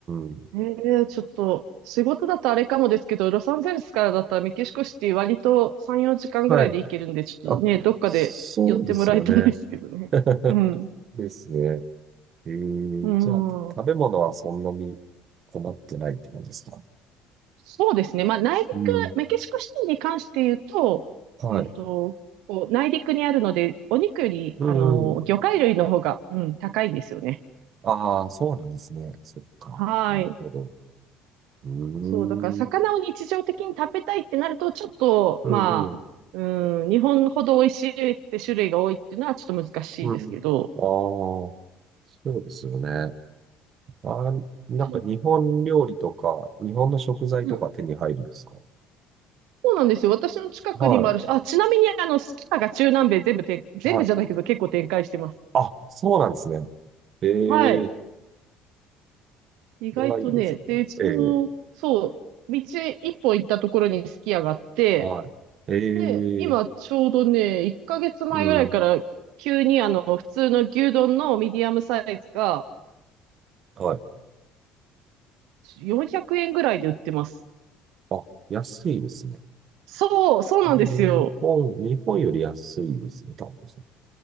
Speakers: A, on the right; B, on the right.
A: ん。
B: へえ、ちょっと、仕事だとあれかもですけど、ロサンゼルスからだったらメキシコシティ割と3、4時間ぐらいで行けるんで、
A: はい。
B: ちょっとね、
A: あ、
B: どっかで寄ってもらいたいですけどね。
A: そうですよね。<laughs>
B: うん。
A: ですね。えー、
B: うん。
A: じゃあ、食べ物はそんなに困ってないって感じですか
B: そうですね。まあ、内陸、
A: うん。
B: メキシコシティに関して言うと、
A: はい。
B: えっと、こう内陸にあるので、お肉より、
A: うんうん。
B: あの、魚介類の方が、うん、高いんですよね。
A: ああ、そうなんですね。そっか。
B: はい。
A: なるほど。うーん。
B: そう、だから魚を日常的に食べたいってなると、ちょっと、
A: うんうん。
B: まあ、うん、日本ほど美味しいって種類が多いっていうのはちょっと難しいですけど、
A: うん。ああ、そうですよね。あー、なんか日本料理とか、
B: そう
A: 日本の食材とか手に入るんですか
B: うん、そうなんですよ。私の近くにもあるし、
A: は
B: あ、ちなみに、あの、スキヤが中南米全部てん、全部じゃないけど結構展開してます。
A: い。はい。あ、そうなんですね。ええ、
B: はい。意外とね、
A: これはいいですね。
B: で、その、
A: ええ、
B: そう、道一本行ったところにすき家があって、
A: はい。ええ、
B: で、今ちょうどね、1ヶ月前ぐらいから急にあの、
A: うん、
B: 普通の牛丼のミディアムサイズが、
A: はい。
B: 400円ぐらいで売ってます。
A: あ、安いですね。
B: そう、そうなんですよ。
A: 日本、日本より安いですね、多分ですね。